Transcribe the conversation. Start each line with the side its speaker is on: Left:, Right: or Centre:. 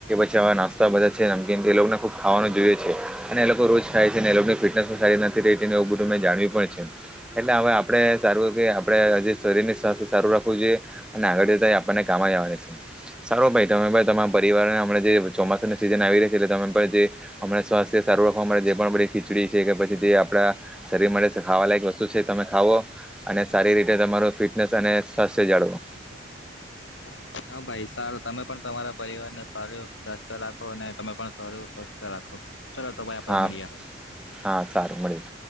Centre: ચવા નાસ્તા બધા છે નમકીનમ એ લોકોને ખૂબા ખાવાનું જોઈએ છે અને એ લોકો રોજ ખાય છે અને એ લોકોની ફિટનેસ પણ સારી ના <unintelligible> ને એવું બધું મે જાણવી પણ છે. એટલે હવે આપણે સારું કે આપડે જે શરીરની સ્વાસ્થ્ય સારું રાખવું જોઈએ. અને આગળ જતા આપણને કામ જ આવવાનું છે સારો ભાઈ તમે તમારા પરિવારને હમણાં જે ચોમાસાના સિઝન આવી રહી છે એટલે તમે પણ જે હમણા સ્વાસ્થ્ય સારું રાખવા માટે જે પણ બધી ખીચડી છે કે પછી તે આપણા શરીર માટે ખાવાલાયક વસ્તુ છે તમે ખાવો અને સારી રીતે તમારું ફિટનેસ અને સ્વાસ્થ્ય જાળવો.
Left: <inaudible> હા ભાઈ સારું તમે પણ તમારા પરિવારને સર સ્વસ્થ રાખો અને તમે પણ સરીર સ્વસ્થ રાખો. ચાલો તો ભાઈ આપડે
Centre: હા
Left: મળીયા.
Centre: હા સારું મળ્યું.